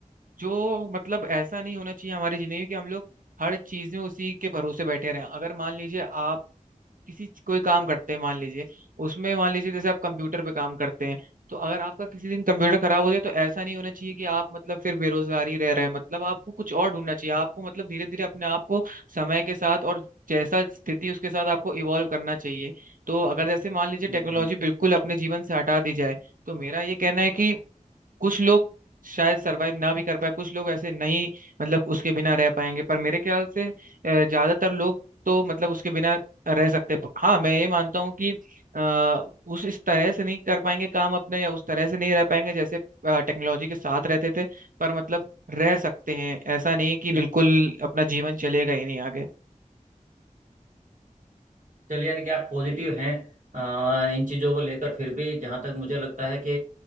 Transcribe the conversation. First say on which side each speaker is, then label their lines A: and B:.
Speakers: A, on the right (about 80°); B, on the right (about 65°).
A: जो मतलब ऐसा नहीं होना चाहिए हमारी जिंदगी में कि हम लोग हर चीज में उसी के भरोसे बैठे रहें अगर मान लीजिए आप किसी च- कोई काम करते हैं मान लीजिए उसमें मान लीजिए जैसे आप कंप्यूटर पे काम करते हैं तो अगर आपका किसी दिन कंप्यूटर खराब हो जाए तो ऐसा नहीं होना चाहिए कि आप मतलब फिर बेरोजगार ही रह रहे हैं मतलब आपको कुछ और ढूंढना चाहिए आपको मतलब धीरे धीरे अपने आप को समय के साथ और जैसा स्थिति उसके साथ आपको इवॉल्व करना चाहिए तो अगर जैसे मान लीजिए टेक्नोलॉजी
B: हम्म।
A: बिल्कुल अपने जीवन से हटा दी जाए तो मेरा ये कहना है कि कुछ लोग शायद सरवाइव ना भी कर पाए कुछ लोग ऐसे नहीं मतलब उसके बिना रह पाएंगे पर मेरे ख्याल से अ, ज्यादातर लोग तो मतलब उसके बिना रह सकते हैं। हाँ मैं ये मानता हूँ कि आ, उस इस तरह से नहीं कर पाएंगे काम अपने या उस तरह से नहीं रह पाएंगे जैसे टेक्नोलॉजी के साथ रहते थे पर मतलब रह सकते हैं ऐसा नहीं है कि बिल्कुल अपना जीवन चलेगा ही नहीं आगे
B: चलिए यानी कि आप पॉजिटिव हैं अ, इन चीज़ों को लेकर फिर भी जहाँ तक मुझे लगता है कि